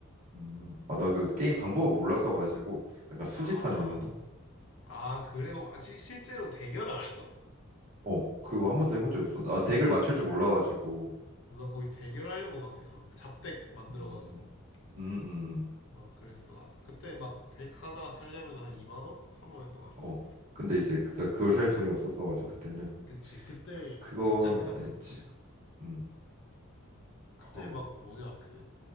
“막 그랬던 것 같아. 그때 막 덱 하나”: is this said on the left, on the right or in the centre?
Left